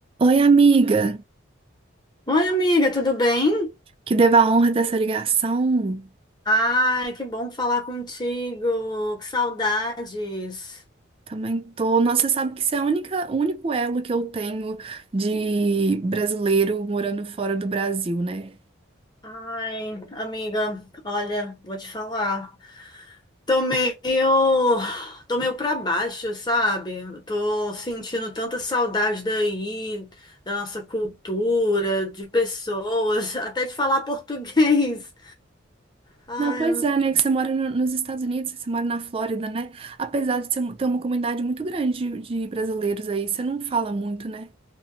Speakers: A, on the right (about 30°); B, on the left (about 20°).
A: Oi, amiga,
B: Oi, amiga, tudo bem?
A: que devo a honra dessa ligação.
B: Ai, que bom falar contigo, que saudades.
A: Também tô. Nossa, você sabe que isso é a única, o único elo que eu tenho de brasileiro morando fora do Brasil, né?
B: Ai, amiga, olha, vou te falar. Tô meio, tô meio pra baixo, sabe? Tô sentindo tanta saudade daí, da nossa cultura, de pessoas, <laughs> até de falar <laughs> português. Ai,
A: Não, pois é, né? Que você mora no- nos Estados Unidos, você mora na Flórida, né? Apesar de ser- ter uma comunidade muito grande de, de brasileiros aí, você não fala muito, né?